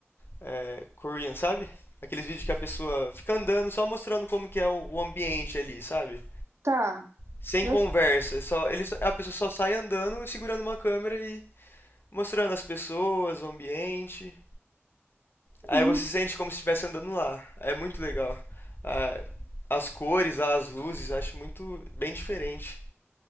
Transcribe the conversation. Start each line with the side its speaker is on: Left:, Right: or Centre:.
Left: é, Korean, sabe? Aqueles vídeos que a pessoa fica andando só mostrando como que é o o ambiente ali, sabe?
Right: Tá,
Left: Sem
Right: eu
Left: conversa,
Right: acho
Left: só, ele, a pessoa só sai andando e segurando uma câmera e mostrando as pessoas, o ambiente.
Right: que.
Left: Aí você sente como se estivesse andando lá. É muito legal. Ah, as cores, as luzes, acho muito bem diferente.